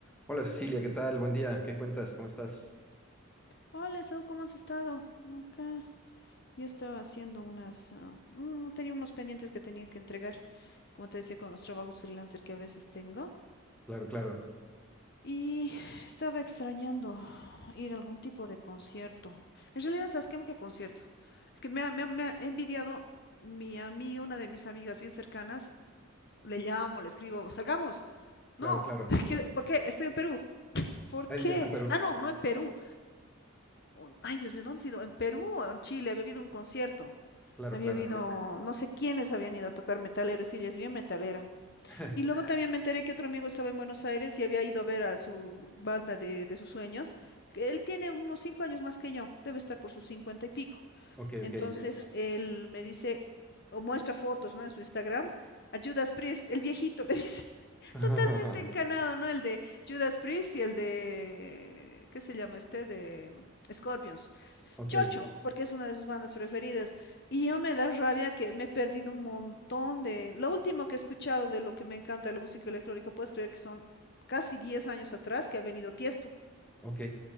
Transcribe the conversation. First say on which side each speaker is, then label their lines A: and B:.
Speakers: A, in the centre; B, on the left.
A: Hola Cecilia, ¿qué tal? Buen día, ¿qué cuentas? ¿Cómo estás?
B: Hola, Sau, ¿cómo has estado? Acá yo estaba haciendo unas... ah, un- tenía unos pendientes que tenía que entregar, como te decía, con los trabajos freelancer que a veces tengo.
A: Claro, claro,
B: Y estaba extrañando ir a algún tipo de concierto. En realidad, ¿sabes qué? ¿Qué concierto? Es que me ha, me ha- me ha envidiado mi amiga, una de mis amigas bien cercanas. Le llamo, le escribo, salgamos. No,
A: claro, claro.
B: <laughs> ¿qué- Claro. ¿por qué? Estoy en Perú. ¿Por
A: Ari
B: qué?
A: ya está en Perú.
B: Ah, no, no en <laughs> Perú. Un- Ay, Dios mío, ¿dónde he ido? En Perú o en Chile había habido un concierto.
A: Claro,
B: Había
A: claro.
B: habido, no sé quiénes habían ido a tocar metaleros y ella es bien metalera.
A: <laughs>
B: Y luego también me enteré que otro amigo estaba en Buenos Aires y había ido a ver a su banda de, de sus sueños. que Él tiene unos cinco años más que yo, debe estar por sus cincuenta y pico.
A: Ok,
B: Entonces
A: ok.
B: él me dice, o muestra fotos, ¿no? En su Instagram, a Judas Priest, el viejito, le dice. <laughs>
A: <laughs>
B: Totalmente encanado, ¿no? El de Judas Priest y el de, ¿qué se llama este? De Scorpions.
A: Ok,
B: Chocho, porque es una de sus bandas preferidas. Y yo me da rabia que me he perdido un montón de... Lo último que he escuchado de lo que me encanta de la música electrónica, puedes creer que son casi 10 años atrás que ha venido Tiesto.
A: ok.